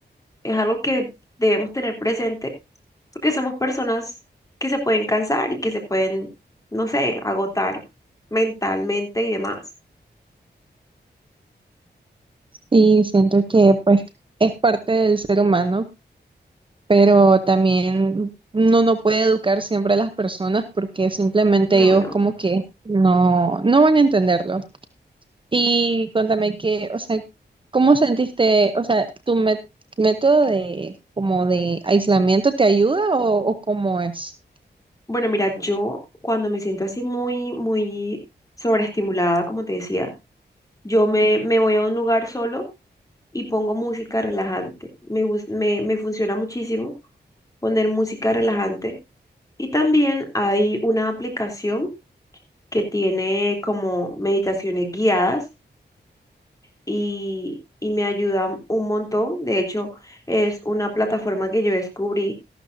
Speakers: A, on the left (about 20°); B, on the right (about 30°).
A: es algo que debemos tener presente porque somos personas que se pueden cansar y que se pueden, no sé, agotar mentalmente y demás.
B: sí, siento que pues es parte del ser humano. pero también uno no puede educar siempre a las personas porque simplemente
A: No,
B: ellos
A: no.
B: como que no, no van a entenderlo. Y cuéntame que, o sea, ¿cómo sentiste, o sea, tu mé- método de como de aislamiento te ayuda o, o cómo es?
A: Bueno, mira, yo cuando me siento así muy, muy sobreestimulada, como te decía, yo me, me voy a un lugar solo y pongo música relajante. Me, gus- me, me funciona muchísimo poner música relajante. Y también hay una aplicación que tiene como meditaciones guiadas y, y me ayudan un montón. De hecho, es una plataforma que yo descubrí